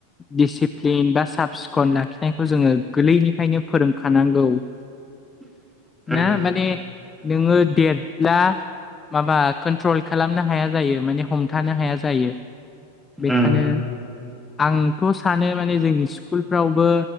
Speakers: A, on the left (about 15°); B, in the centre.
A: दिडिसिप्लिन बा साब सिखन लाखिनायखौ जोङो गोरलैनिफ्रायनो फोरोंखानांगौ
B: <inaudible> उम
A: ना माने नोङो देरब्ला माबा कन्ट्रल खालामनो हाया जायो माने हम थानो हाया जायो बेखायनो
B: उम
A: आंथ' सानो माने जोंनि स्कुलफ्रावबो